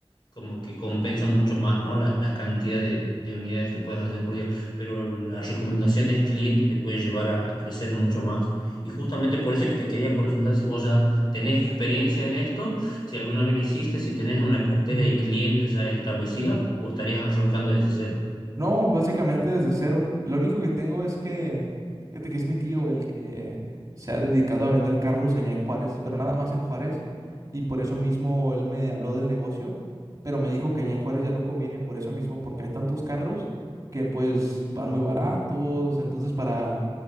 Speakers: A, on the left; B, on the right.
A: como que compensan mucho más, ¿no? La, la cantidad de, de unidades que puedes hacer por día, pero la recomendación del cliente te puede llevar a, a crecer mucho más. Y justamente por eso es que te quería consultar si vos ya tenés experiencia en esto si alguna vez lo hiciste, si tenés una cartera
B: <laughs>
A: de clientes ya establecida o estarías arrancando desde cero.
B: No, básicamente desde cero. Lo único que tengo es que, fíjate que es mi tío el que se ha dedicado a vender carros allá en Juárez, pero nada más en Juárez. Y por eso mismo él me habló del negocio, pero me dijo que allá en Juárez ya no conviene por eso mismo, porque hay tantos carros que pues van muy baratos. Entonces para,